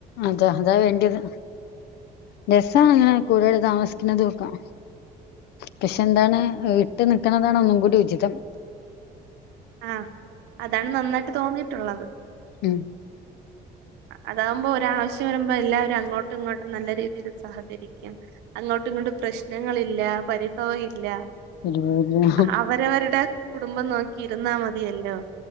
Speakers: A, on the left (about 75°); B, on the right (about 90°).
A: അതെ അതാ വേണ്ട്യെത് രസാണ് <unintelligible> കൂടുതല് താമസിക്ക്ണതുക്ക പഷെന്താണ് വീട്ട് നിക്ക്ണതാണ് ഒന്നുങ്കൂടി ഉചിതം
B: ആഹ് അതാണ് നന്നായിട്ട് തോന്നീട്ടുള്ളത്
A: ഉം
B: അതാമ്പോ ഒരാവശ്യം വര്മ്പോ എല്ലാരും അങ്ങോട്ടുങ്ങോട്ടും നല്ല രീതീല് സഹകരിക്കും അങ്ങോട്ടുങ്ങോട്ടും പ്രശ്നങ്ങളില്ല പരിഭവ ഇല്ല
A: ഇല്ല
B: അവ് വരവര്ടെ കുടുംബം നോക്കി ഇരുന്നാ മതിയല്ലോ